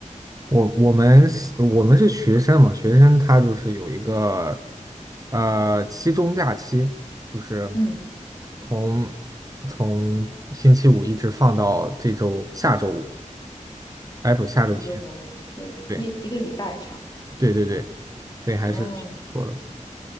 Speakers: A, on the right; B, on the left.
A: 我我们是我们是学生嘛，学生他就是有一个呃期中假期，就是
B: 嗯，
A: 从从星期五一直放到这周下周五，哎不下周天，
B: 这周我是一一个礼拜差不多。
A: 对对对对对，还是挺不错的，
B: 嗯